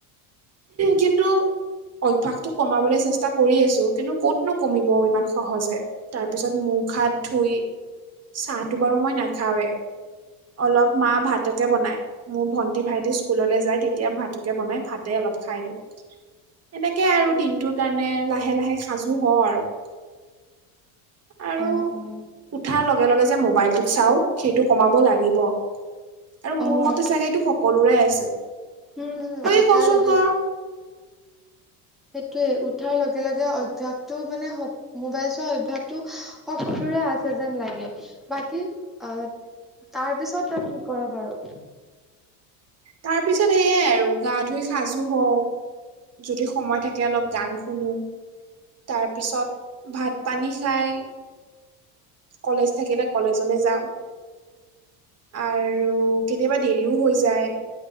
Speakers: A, on the right; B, in the centre.
A: কিন্ত, অভ্যাসটো কমাবলৈ চেষ্টা কৰি আছো। কিন্তু কতনো কমিব ইমান সহজে। তাৰ পিছত মুখ হাত ধুই। চাহটো বাৰু মই নাখাওৱে, অলপ মা এ ভাতকে বনাই। মোৰ ভন্টি -ভাইটি স্কুললৈ যায়। তেতিয়া ভাতকে বনাই ভাতে অলপ খাই দিওঁ। সেনেকে আৰু দিনটোৰ কাৰণে লাহে -লাহে সাজো হওঁ আৰু। আৰু
B: উম - উম।
A: উঠাৰ লগে -লগে যে, মোবাইলটোক চাওঁ সেইটো কমাব লাগিব। আৰু মোৰ
B: অ',
A: মতে চাগে এইটো সকলোৰে আছে।
B: উম উম
A: বাকী
B: উঠাৰ
A: কচোন
B: লগে
A: ক?
B: সেইটোৱে উঠাৰ লগে -লগে অভ্যাসটো মানে সক মোবাইল চোৱা অভ্যাসটো সকলোৰে আছে যেন লাগে। বাকী আহ, তাৰ পিছত তই কি কৰ বাৰু?
A: তাৰ পিছত সেইয়াই আৰু, গা ধুই সাজো হওঁ। যদি সময় থাকে অলপ গান শুনো। তাৰপিছত ভাত পানী খাই। কলেজ থাকিলে, কলেজলে যাওঁ। আৰু কেতিয়াবা দেৰিও হৈ যায়।